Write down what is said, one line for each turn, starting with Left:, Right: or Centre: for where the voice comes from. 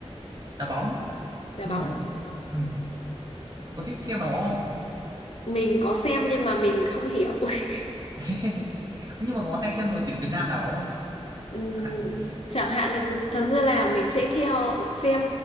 Right: đá bóng
Left: Đá
Right: nhưng
Left: bóng.
Right: mà ừ, có thích xem đá bóng không
Left: mình có xem nhưng mà mình không hiểu <laughs>
Right: <laughs> nhưng mà có hay xem đội tuyển Việt Nam đá bóng không
Left: Ừm,
Right: chẳng hạn
Left: chẳng hạn là thật ra là mình sẽ theo xem